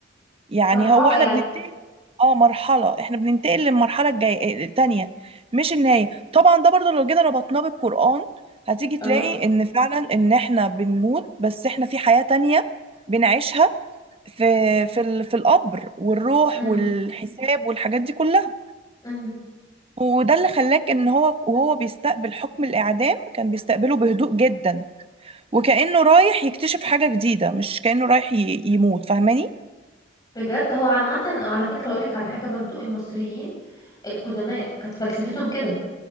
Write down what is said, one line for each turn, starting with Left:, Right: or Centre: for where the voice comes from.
Right: يعني
Left: مرحلة
Right: هو احنا
Left: يعني
Right: بننتقل اه مرحلة احنا بننتقل للمرحلة الجاية آه، التانية مش النهاية طبعا ده برضو لو جينا ربطناه بالقرآن هتيجي تلاقي
Left: اه
Right: ان فعلا ان احنا بنموت بس احنا في حياة تانية بنعيشها في في ال- في القبر والروح
Left: امم
Right: والحساب والحاجات دي كلها
Left: امم
Right: وده اللي خلاك ان هو وهو بيستقبل حكم الاعدام كان بيستقبله بهدوء جدا وكأنه رايح يكتشف حاجة جديدة مش كأنه رايح ي- يموت فاهماني
Left: بجد هو عامة على فكرة اقولك على حاجة برضو المصريين القدماء كانت فلسفتهم كده